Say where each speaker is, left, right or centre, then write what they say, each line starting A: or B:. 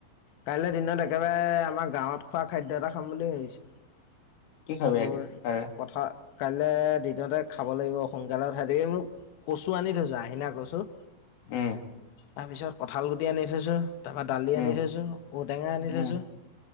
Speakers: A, on the left; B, on the left.
A: কাইলৈ দিনত একেবাৰে আমাৰ গাঁৱত খোৱা খাদ্য এটা খাম বুলি ভাবিছোঁ।
B: কি খাবি
A: তোৰ
B: আজি কাইলে?
A: পাথৰ কাইলে দিনতে খাব লাগিব সোনকালে উঠাই দিব এই মোক কচু আনি থৈছো আহিনা কচু।
B: উম।
A: তাৰপিছত কঁঠাল গুটি আনি থৈছোঁ, তাৰপৰা দালি
B: উম,
A: আনি থৈছোঁ ঔটেঙা
B: উম,
A: আনি থৈছোঁ।